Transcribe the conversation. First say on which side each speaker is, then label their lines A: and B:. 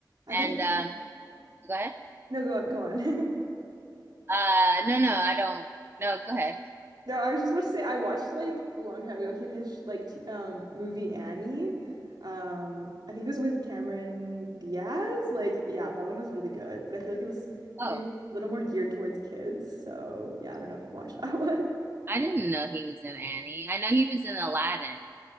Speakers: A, on the right (about 65°); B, on the right (about 30°).
A: I
B: Day.
A: think
B: And um, go ahead.
A: no, go go on. <laughs>
B: Uh, no, no, I don't. No, go ahead.
A: No, I was just about to say I watched like a long time ago hi- his like t um movie Annie. Um, I think it was with Cameron Diaz. Like, yeah, that one was really good, but I feel like it was
B: Oh,
A: maybe a little more geared towards kids. So, yeah, I don't know if you've watched that <laughs> one.
B: I didn't know he was in Annie. I know he was in Aladdin.